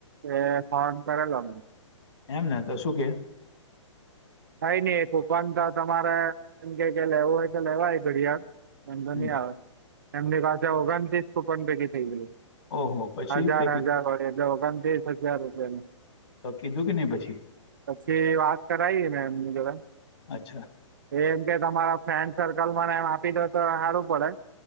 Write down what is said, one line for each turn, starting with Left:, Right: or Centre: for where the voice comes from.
Right: એ ફોન કર લ
Left: એમ ને તો શું કે
Right: થાય નઈ કુપન તો તમારે એમ કે લેવું હોય તો લેવાય ઘડિયાળ એ તો
Left: હમ
Right: નહી આવે એમની પાસે ઓગણથીસ કુપન ભેગી થઈ ગયું
Left: ઓહો પછી
Right: હજાર
Left: તે
Right: હજાર હોળી એટલે ઓગણ ત્રીસ હજાર રૂપિયાની
Left: તો કીધું કે નહી પછી
Right: પછી વાત કરાઈ મેને એમની જરા
Left: અચ્છા
Right: એમ કે તમારા ફ્રેન્ડ સર્કલ ને એમ આપી દે તો સારું પડે